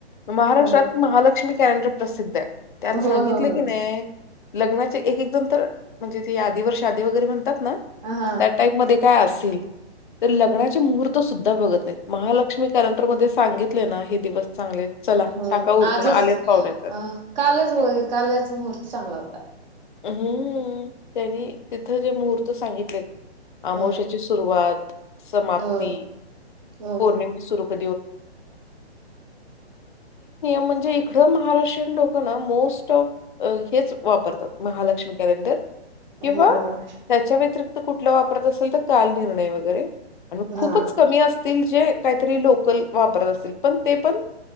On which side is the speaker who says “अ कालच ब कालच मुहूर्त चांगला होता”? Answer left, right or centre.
Right